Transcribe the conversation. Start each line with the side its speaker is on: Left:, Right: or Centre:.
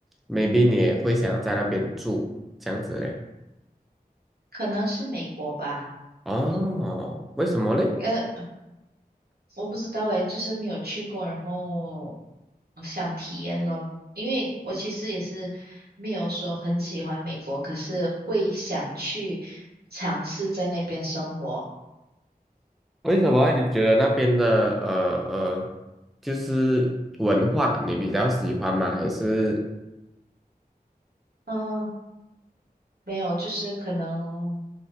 Centre: maybe 你也会想要在那边住，这样子嘞？
Right: 可能是美国吧，
Centre: 哦，为什么嘞？
Right: 呃，我不知道诶，就是没有去过，然后我想体验咯，因为我其实也是没有说很喜欢美国，可是会想去尝试在那边生活。
Centre: 为什么啊你觉得那边的呃呃，就是文化你比较喜欢吗？还是
Right: 嗯，没有，就是可能